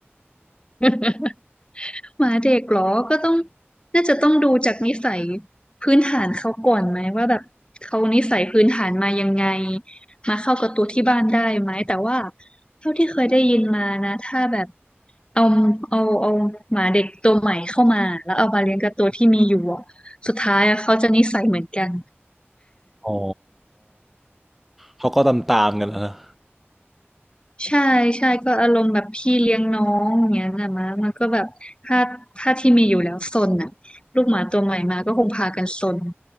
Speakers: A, on the left (about 25°); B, in the centre.
A: <laughs> หมาเด็กเหรอก็ต้องน่าจะต้องดูจากนิสัยพื้นฐานเขาก่อนไหมว่าแบบเขานิสัยพื้นฐานมายังไงมาเข้ากับตัวที่บ้านได้ไหมแต่ว่าเท่าที่เคยได้ยินมานะถ้าแบบ เอาเอาเอาหมาเด็กตัวใหม่เข้ามาแล้วเอามาเลี้ยงกับตัวที่มีอยู่อะสุดท้ายอะเขาจะนิสัยเหมือนกัน
B: อ๋อเขาก็ตามตามกันแล้วนะ
A: ใช่ใช่ก็อารมณ์แบบพี่เลี้ยงน้องอย่างเงี้ยนะมะมันก็แบบถ้าถ้าที่มีอยู่แล้วซนอ่ะลูกหมาตัวใหม่มาก็คงพากันซน